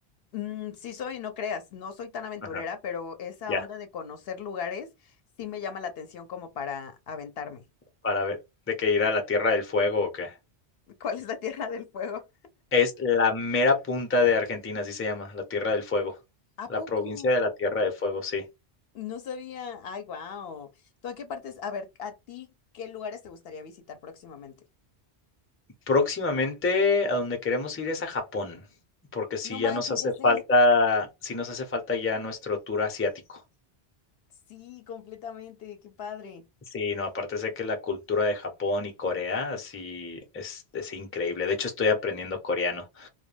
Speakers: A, on the left; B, on the left.
A: mm, sí soy, no creas, no soy tan aventurera,
B: Ajá.
A: pero esa
B: Ya,
A: onda de conocer lugares sí me llama la atención como para aventarme.
B: para ver, de que ir a la Tierra del Fuego o qué.
A: <laughs> ¿Cuál es la Tierra del Fuego?
B: Es la mera punta de Argentina, así se llama, la Tierra del Fuego.
A: ¿A
B: La
A: poco?
B: provincia de la Tierra del Fuego, sí.
A: No sabía. Ay, wow. ¿Tú a qué partes? A ver, ¿a ti qué lugares te gustaría visitar próximamente?
B: Próximamente a donde queremos ir es a Japón, porque sí
A: No manches,
B: ya nos hace
A: ya sé.
B: falta, sí nos hace falta ya nuestro tour asiático.
A: Sí, completamente. Qué padre.
B: Sí, no, aparte sé que la cultura de Japón y Corea sí es, es increíble. De hecho, estoy aprendiendo coreano.